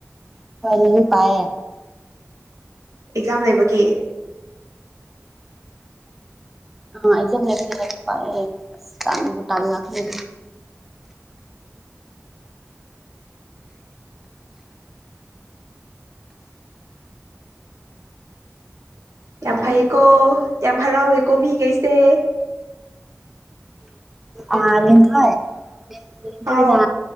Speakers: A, in the centre; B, on the right.
A: ꯈ꯭ꯋꯥꯏꯗꯒꯤ ꯄꯥꯏꯌꯦ
B: ꯑꯦꯛꯖꯥꯝ ꯂꯩꯕꯒꯤ
A: ꯑ ꯑꯦꯛꯖꯝ ꯂꯩꯕꯒꯤ ꯂꯥꯏꯔꯤꯛ ꯄꯥꯏꯑꯦ ꯑꯁ ꯇꯟꯕꯨ ꯇꯜꯂꯛꯈ꯭ꯔꯦꯅꯦ
B: ꯌꯥꯝ ꯐꯩꯌꯦꯀꯣ ꯌꯥꯝ ꯍꯔꯥꯎꯋꯦꯀꯣ ꯃꯤꯒꯩꯁꯦ
A: ꯑ ꯂꯤꯟꯊꯣꯏ ꯂꯤꯟꯊꯣꯏꯅ
B: ꯍꯥꯎ